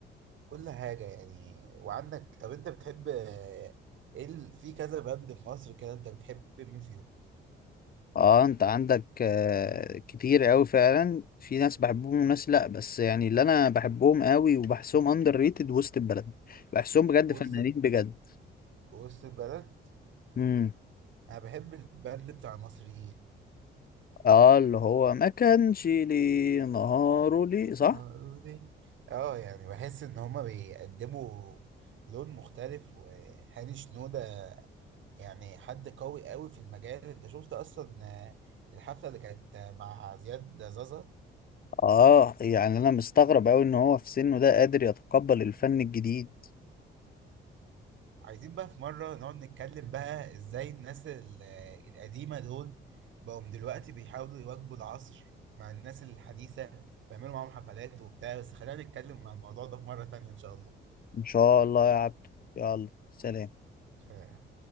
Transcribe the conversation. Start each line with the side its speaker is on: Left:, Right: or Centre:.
Right: كل حاجة يعني وعندك طب انت بتحب آه، ايه ال- في كذا باند في مصر كده انت بتحب مين فيهم
Left: اه انت عندك آه، كتير قوي فعلا في ناس بحبهم وناس لا بس يعني اللي انا بحبهم قوي وبحسهم اندر ريتد وسط البلد بحسهم بجد
Right: وسط
Left: فنانين بجد
Right: وسط البلد
Left: امم
Right: انا بحب الباند بتاع المصريين
Left: اه اللي هو ما كانش لي نهاره لي صح
Right: مولودين. اه يعني بحس ان هما بيقدموا لون مختلف وهاني شنودة يعني حد قوي قوي في المجال انت شفت اصلا آه، الحفله اللي كانت آه، مع زياد زازا
Left: اه يعني انا مستغرب قوي ان هو في سنه ده قادر يتقبل الفن الجديد
Right: عايزين بقى في مره نقعد نتكلم بقى ازاي الناس ال- آه، القديمه دول بقوا من دلوقتي بيحاولوا يواكبوا العصر مع الناس الحديثه ويعملوا معاهم حفلات وبتاع بس خلينا نتكلم عن الموضوع ده في مره تانية ان شاء
Left: ان شاء الله يا عبد يلا سلام
Right: الله